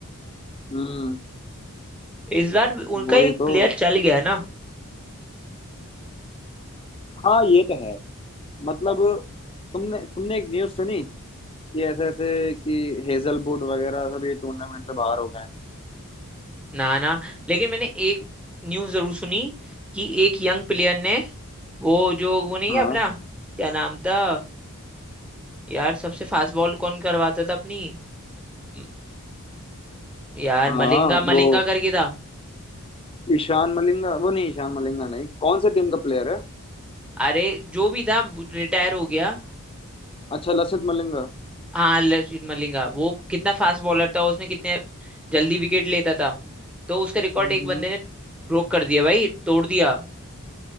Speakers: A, on the left (about 25°); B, in the centre.
A: हम्म
B: इस बार उनका
A: वही
B: एक
A: तो
B: प्लेयर चल गया ना
A: हाँ ये तो है मतलब तुमने तुमने एक न्यूज़ सुनी कि ऐसे ऐसे कि हेजलवुड वगैरह सभी टूर्नामेंट से बाहर हो गए हैं।
B: ना ना लेकिन मैंने एक न्यूज़ जरूर सुनी कि एक यंग प्लेयर ने वो जो वो नहीं
A: हाँ
B: है अपना क्या नाम था यार सबसे फास्ट बॉल कौन करवाता था अपनी म- यार
A: हाँ
B: मलिंगा
A: वो
B: मलिंगा करके था
A: ईशान मलिंगा वो नहीं ईशान मलिंगा नहीं कौन से टीम का प्लेयर है
B: अरे जो भी था रिटायर हो गया
A: अच्छा लसित मलिंगा
B: हाँ लचित मलिंगा वो कितना फास्ट बॉलर था उसने कितने जल्दी विकेट लेता था तो उसका रिकॉर्ड
A: हम्म
B: एक बंदे ने ब्रोक कर दिया भाई तोड़ दिया